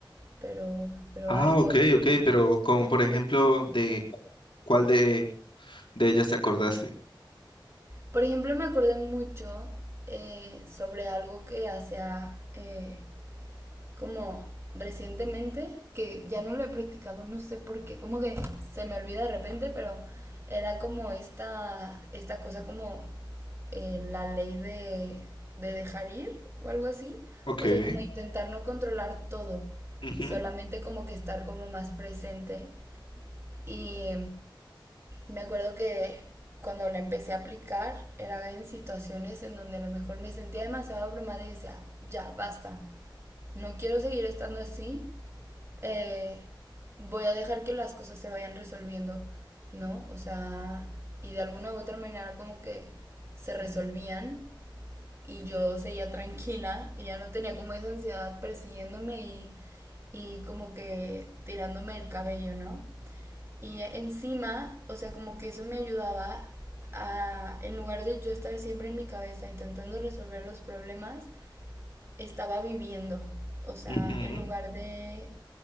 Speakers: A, on the right; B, on the left.
A: Pero, pero
B: Ah,
A: ahí voy.
B: ok, ok, pero como por ejemplo, ¿de cu- cuál de, de ellas te acordaste?
A: Por ejemplo, me acordé mucho eh, sobre algo que hacía eh, como recientemente, que ya no lo he practicado, no sé por qué, como que se me olvida de repente, pero era como esta, esta cosa como eh, la ley de, de dejar ir o algo así.
B: Ok.
A: O sea, como intentar no controlar todo,
B: Ujú,
A: solamente como que estar como más presente Y me acuerdo que cuando la empecé a aplicar era en situaciones en donde a lo mejor me sentía demasiado abrumada y decía, ya, basta, no quiero seguir estando así, eh, voy a dejar que las cosas se vayan resolviendo, ¿no? O sea, y de alguna u otra manera como que se resolvían y yo seguía tranquila y ya no tenía como esa ansiedad persiguiéndome y, y como que tirándome el cabello, ¿no? Y encima, o sea, como que eso me ayudaba a, en lugar de yo estar siempre en mi cabeza intentando resolver los problemas, estaba viviendo. O sea,
B: ujú.
A: en lugar de,